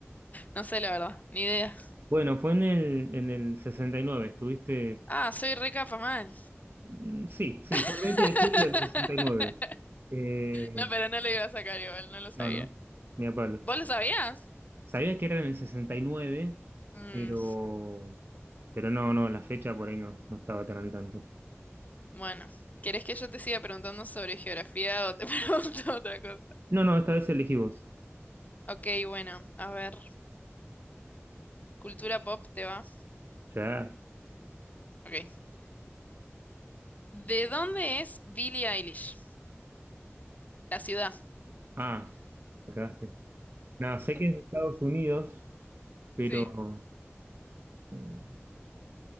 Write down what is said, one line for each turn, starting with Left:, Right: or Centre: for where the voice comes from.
Left: No sé, la verdad, ni idea.
Right: Bueno, fue en el, en el 69 estuviste...
Left: Ah, soy re capa mal.
Right: mm, Sí, sí,
Left: <laughs>
Right: fue el 20 de julio del 69. Eh,
Left: No, pero no lo iba a sacar igual, no lo sabía.
Right: no, no, ni a palo.
Left: ¿Vos lo sabías?
Right: Sabía que era en el sesenta y nueve
Left: Mm,
Right: pero, pero no, no, la fecha por ahí no, no estaba tan al tanto.
Left: bueno, ¿querés que yo te siga preguntando sobre geografía o te <laughs> pregunto otra cosa?
Right: No, no, esta vez elegí vos.
Left: Ok, bueno, a ver. Cultura pop, ¿te va?
Right: Ya.
Left: Ok. ¿De dónde es Billie Eilish? La ciudad.
Right: Ah, me cagaste. Nada, sé que es de Estados Unidos, pero
Left: Sí.
Right: eh,